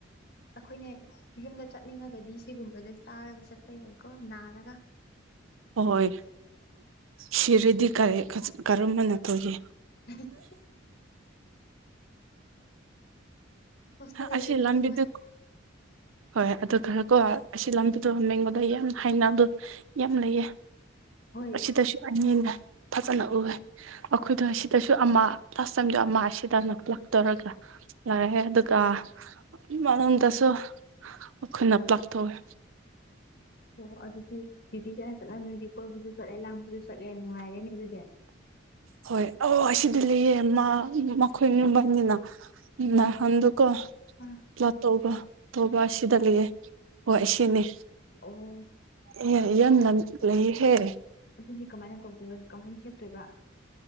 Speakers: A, on the left; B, on the right.
A: ꯑꯩꯈꯣꯏꯅ ꯌꯨꯝꯗ ꯆꯠ ꯅꯤꯡꯉꯒꯗꯤ ꯁꯤꯒꯨꯝꯕꯁꯦ ꯆꯥꯔꯒ ꯆꯠꯄ ꯌꯥꯏꯀꯣ ꯅꯥꯔꯒ
B: ꯍꯣꯏ ꯁꯤꯔꯦꯗꯤ ꯀꯔꯤ ꯈꯖ ꯀꯔꯨꯝꯕꯅ ꯇꯧꯒꯦ
A: <unintelligible> ꯍꯣꯁꯇꯦꯜꯗ
B: ꯑꯁꯤ
A: ꯂꯩꯕꯁꯦ
B: ꯂꯝꯕꯤꯗꯨ
A: ꯋꯥꯏ
B: ꯍꯣꯏ ꯑꯗꯨ ꯈꯔ ꯀꯣ ꯑꯁꯤ ꯂꯝꯕꯤꯗꯣ ꯌꯦꯡꯕꯗ ꯌꯥꯝ ꯍꯥꯏꯅ ꯑꯗꯨ ꯌꯥꯝ ꯂꯩꯌꯦ
A: ꯍꯣꯏ
B: ꯑꯁꯤ ꯇꯁꯨ ꯑꯅꯤꯂꯦ ꯐꯆꯅ ꯎꯋꯦ ꯑꯩꯈꯣꯏꯗꯣ ꯑꯁꯤꯗꯁꯨ ꯑꯃ ꯂꯥꯁ ꯇꯥꯏꯝꯗꯣ ꯑꯃ ꯑꯁꯤꯗ ꯂꯂ ꯇꯧꯔꯒ ꯌꯥꯔꯦꯍꯦ ꯑꯗꯨꯒ ꯃꯅꯨꯡꯗꯁꯨ ꯑꯈꯣꯏꯅ ꯄ꯭ꯂꯛ ꯇꯧꯏ
A: ꯑꯣ ꯑꯗꯨꯗꯤ ꯗꯤ ꯀꯅ ꯆꯠꯍꯟꯗꯣꯏꯗꯤ ꯀꯣꯏꯕꯁꯨ ꯆꯠꯂꯦ ꯂꯥꯡꯕꯨꯁꯨ ꯆꯠꯂꯦ ꯅꯨꯡꯉꯥꯏꯔꯦꯅꯦ ꯑꯗꯨꯗꯤ <inaudible>
B: ꯍꯣꯏ ꯑ ꯑꯁꯤꯗꯤ ꯂꯩꯌꯦ ꯃꯈꯣꯏ ꯌꯨꯝꯕꯅꯤꯅꯟ ꯀꯣ
A: ꯑꯥ
B: ꯂꯥ ꯇꯧꯕ ꯇꯧꯕ ꯑꯁꯤꯗ ꯂꯩꯌꯦ ꯍꯣꯏ ꯑꯁꯤꯅꯤ
A: ꯑꯣ
B: <unintelligible>
A: ꯑꯗꯨꯗꯤ ꯀꯃꯥꯏꯅ ꯇꯧꯒꯣꯑꯦ ꯀꯃꯥꯏꯅ ꯆꯦꯞꯇꯣꯏꯕ